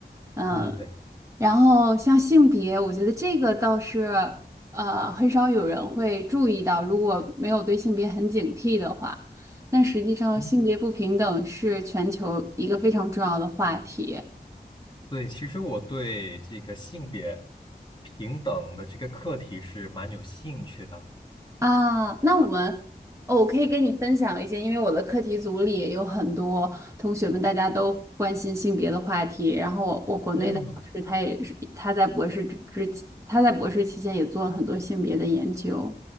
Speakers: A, on the right; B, on the left.
A: 嗯。
B: 嗯，对。
A: 然后像性别，我觉得这个倒是呃很少有人会注意到，如果没有对性别很警惕的话，但实际上性别不平等是全球一个非常重要的话题
B: 嗯。对，其实我对这个性别平等的这个课题是蛮有兴趣的。
A: 啊。那我们，哦，我可以跟你分享一些，因为我的课题组里也有很多同学们，大家都关心性别的话题。然后我我国内的老师他也是他在博士之之他在博士期间也做了很多性别的研究，
B: 嗯